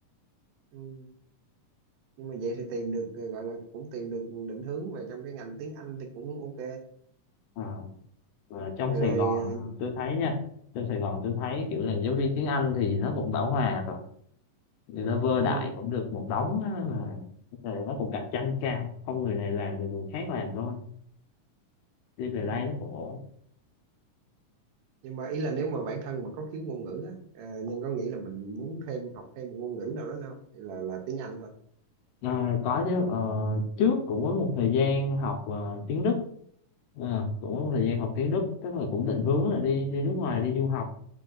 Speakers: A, on the right (about 80°); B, on the left (about 75°).
A: ừ. nhưng mà vậy thì tìm được à, gọi là cũng tìm được định hướng về trong cái ngành tiếng Anh thì cũng ok
B: Ờ, và trong
A: rồi
B: Sài
A: rồi
B: Gòn
A: à,
B: à, tôi thấy nha trong Sài Gòn tôi thấy kiểu là giáo viên tiếng Anh thì nó cũng bão hòa rồi người ta vơ
A: ừ
B: đại cũng được một đống á, mà rồi nó cũng cạnh tranh cao không người này làm thì người khác làm thôi đi về
A: ừ
B: đây nó cũng ổn
A: nhưng mà ý là nếu mà bản thân mà có khiếu ngôn ngữ á à, Nhân có nghĩ là mình muốn thêm học thêm một ngôn ngữ nào đó đâu là là tiếng Anh thôi
B: à, có chứ ờ, trước cũng có một thời gian học ờ, tiếng Đức à, cũng có một thời gian học tiếng Đức tức là cũng định hướng là đi đi nước ngoài đi du học